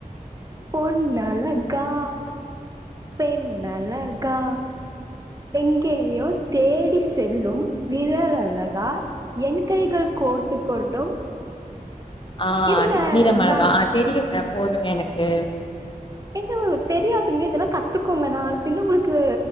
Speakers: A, on the right; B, on the left.
A: பொண்ணலகா பெண்ணலகா எங்கேயோ தேடி செல்லும் விரலழகா என் கைகள் கோர்த்து கொண்டும்
B: ஆஹ்ன்
A: இருங்க
B: நீளமிளகா
A: நா
B: ஆஹ் தெரியுங்க போதுங்க எனக்கு
A: எங்க தெரியாதுங்க இதெல்லா கத்துக்கோங்க நாள பின்ன உங்களுக்கு